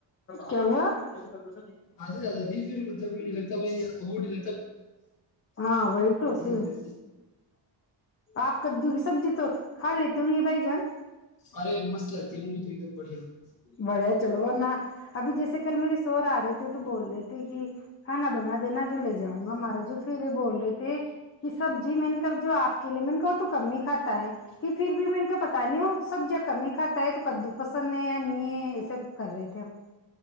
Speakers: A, on the left; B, on the left.
A: کیوںا <unintelligible>
B: آدھیھر مطلب نہیں لگتا بھائی نہیں
A: ہاں وہی تو پھر
B: لگتا
A: آپ کدو کی سبزی تو کھا لیتے ہوں گے بھائی جان
B: ارے مسل ت <unintelligible> ایک دم بڑھیا <unintelligible>
A: بڑھیا چلو ورنہ ابھی جیسے کل میرے سور آ رہے تھے تو بول رہے تھے کہ کھانا بنا دینا جو لے جاؤں گا ہمارا جو پھر یہ بول رہے تھے کہ سبزی میں نے جو آپ کے لیے میں نے کہ تو کم ہی کھاتا ہے کہ پھر بھی میں کا پتا نہیں ہو سبزیاں کم ہی کھاتا ہے تو کدو پسند یا نہیں ایسب کر رہے تھے ہم